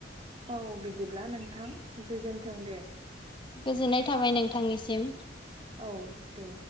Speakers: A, on the right; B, on the left.
A: औ बिदिब्ला नोंथां गोजोन्थों दे।
B: गोजोननाय थाबाय नोंथांनिसिम।
A: औ दे।